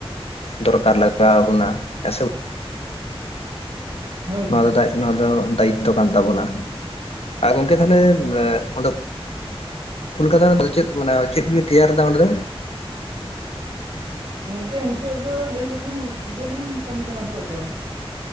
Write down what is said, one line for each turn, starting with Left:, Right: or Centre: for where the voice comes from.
Left: ᱫᱚᱨᱠᱟᱨ ᱞᱟᱜᱟᱣ ᱵᱚᱱᱟ ᱦᱮ ᱥᱮ
Right: ᱦᱳᱭ
Left: ᱱᱚᱣᱟ
Right: ᱜᱚᱝᱠᱮ
Left: ᱫᱚ ᱱᱚᱣᱟ ᱫᱚ ᱫᱟᱭᱤᱛᱛᱚ ᱠᱟᱱ ᱛᱟᱵᱚᱱᱟ ᱟᱨ ᱜᱚᱢᱠᱮ ᱛᱟᱦᱚᱞᱮ ᱚᱸᱰᱮ ᱠᱳᱞᱠᱟᱛᱟ ᱨᱮᱫᱚ ᱚᱰᱮ ᱫᱚ ᱪᱮᱫ ᱢᱟᱱᱮ ᱪᱮᱫ ᱵᱤᱱ ᱛᱮᱭᱟᱨ ᱮᱫᱟ ᱚᱸᱰᱮ ᱫᱚ?
Right: ᱜᱚᱝᱠᱮ ᱱᱤᱛᱚᱜ ᱫᱚ ᱞᱟᱹᱭ ᱞᱮᱠᱷᱟᱱ ᱤᱭᱟᱹ ᱞᱤᱧ ᱠᱟᱹᱢᱤ ᱠᱟᱱᱟ ᱱᱤᱛᱚᱜ ᱫᱚ᱾